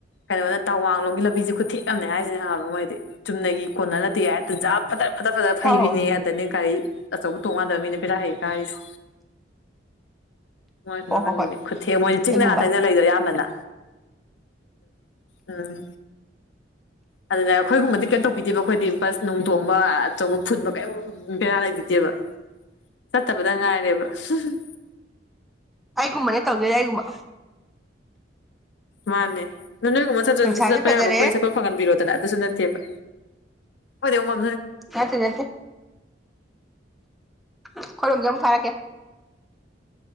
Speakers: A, on the left; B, in the centre.
A: ꯀꯩꯅꯣꯅ ꯇꯋꯥꯡꯂꯣꯝꯒꯤ ꯂꯝꯕꯤꯁꯦ ꯈꯨꯠꯊꯦꯛ ꯑꯃꯅꯦ ꯍꯥꯏꯁꯤꯅꯦ ꯈꯪꯑꯕ ꯃꯣꯏꯗꯤ ꯆꯨꯝꯅꯒꯤ ꯀꯣꯟꯅꯔ ꯅꯠꯇꯦ ꯌ‌ꯦ ꯍ‌ꯦꯠꯇ ꯖꯠ ꯐꯠꯇꯟ ꯐꯗꯠ ꯐꯗꯠ ꯐꯩꯕꯤꯅꯦꯌ‌ꯦ
B: ꯑꯧ
A: ꯑꯗꯅ‌ꯦ ꯒꯥꯔꯤ ꯑꯆꯧꯕ ꯇꯣꯡꯌꯥꯗꯕ ꯃꯤꯅ ꯕ‌ꯦꯔꯥ ꯍ‌ꯦꯛ ꯍ‌ꯦꯛ ꯀꯔꯤꯁ‌ꯦ ꯀꯃꯥꯏꯇꯩꯅ‌ꫭ
B: ꯍꯣꯏ
A: ꯈꯪꯗ‌ꯦꯃꯤ
B: ꯍꯣꯏ ꯍꯣꯏ
A: ꯈꯨꯠꯊꯦꯛ ꯃꯣꯏꯗꯤ ꯆꯤꯡꯗ
B: ꯑꯩꯒꯨꯝꯕ
A: ꯉꯥ ꯇꯅꯤ ꯂꯩꯖ‌ꯦ ꯑꯌꯥꯝꯕꯅ ꯎꯝ <unintelligible> ꯑꯩꯈꯣꯏꯒꯨꯝꯕꯗꯤ ꯀ‌ꯦꯝ ꯇꯧꯕꯤꯗ‌ꯦꯗꫭ ꯑꯩꯈꯣꯏꯗꯤ ꯕꯥꯁ ꯅꯨꯡꯊꯣꯡꯕ ꯑꯆꯧꯕ ꯐꯨꯟꯕ ꯀꯩꯝ ꯕꯦꯔꯥ ꯂꯩꯕꯤꯗꯦꯕ ꯆꯠꯇꯕꯗ ꯉꯥꯏꯔ ꯕ꯭ꯔ <unintelligible>
B: ꯑꯩꯒꯨꯝꯕꯅꯦ ꯇꯧꯗꫭꯏꯖ‌ꯦ ꯑꯩꯒꯨꯝꯕ
A: ꯃꯥꯟꯅꯦ ꯑꯗ‌ꫭ ꯅꯣꯏꯒꯨꯝꯕ ꯆꯠꯇꯔꯁꯨ
B: ꯅꯨꯡꯁꯥꯁꯦ
A: ꯆꯠꯄ
B: ꯐꯖꯔꯦ
A: ꯌꯥꯕ ꯑꯈꯣꯏ ꯆꯠꯄ ꯐꯪꯍꯟꯕꯤꯌꯨꯗꯅ ꯑꯗꯨꯁꯨ ꯅꯠꯇꯦꯕ ꯍꯣꯏꯗꯃ <unintelligible>
B: ꯅꯠꯇ‌ꯦ ꯅꯠꯇ‌ꯦ ꯑꯈꫭꯏꯔꫭꯝꯒꯤ ꯑꯃꯨꯛ ꯊꯥꯔꯛꯀ‌ꯦ